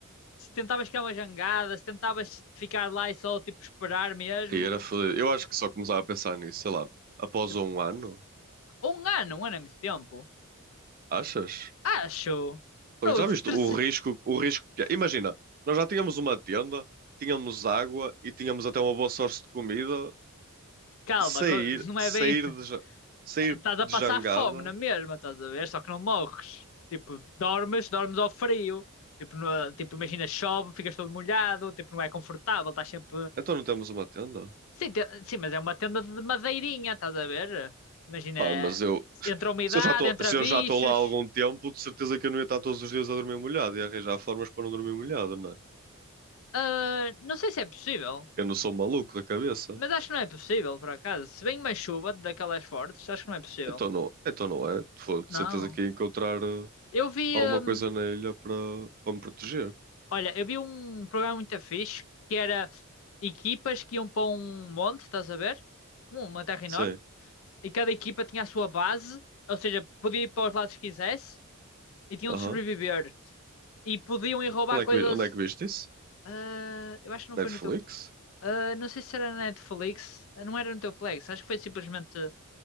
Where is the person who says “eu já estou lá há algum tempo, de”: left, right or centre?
Right